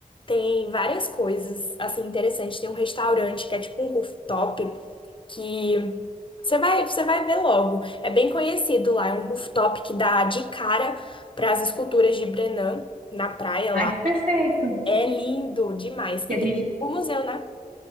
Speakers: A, on the left; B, on the right.
A: Tem várias coisas assim interessantes. Tem um restaurante que é tipo um rooftop que você vai, você vai ver logo. É bem conhecido lá, é um rooftop que dá de cara para as esculturas de Brennan na praia
B: Ai,
A: lá.
B: que perfeito.
A: É lindo demais.
B: Que
A: E
B: a
A: tem
B: gente,
A: o museu, né?